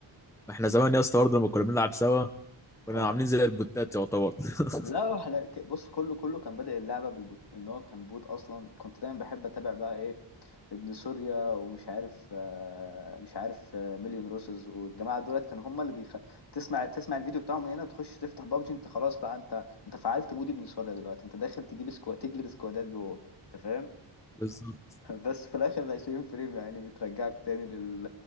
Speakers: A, in the centre; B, on the left.
A: ما احنا زمان يا اسطى برضه لما كنا بنلعب سوا كنا
B: اه
A: عاملين زي البوتات يعتبر <laughs>
B: لا احنا ك- بص كله كله كان بادئ اللعبه بالبوت ان هو كان بوت اصلا كنت دايما بحب اتابع بقى ايه ابن سوريا ومش عارف آه مش عارف آه مليون روسز والجماعه دولت كانوا هم اللي بيخ... تسمع تسمع الفيديو بتاعهم من هنا تخش تفتح بابجي انت خلاص بقى انت انت فعلت مود ابن سوريا دلوقتي انت داخل تجيب سكواد تجلد سكوادات جوه انت فاهم
A: بالظبط
B: بس في الاخر ال 20 فريم يعني بترجعك تاني لل...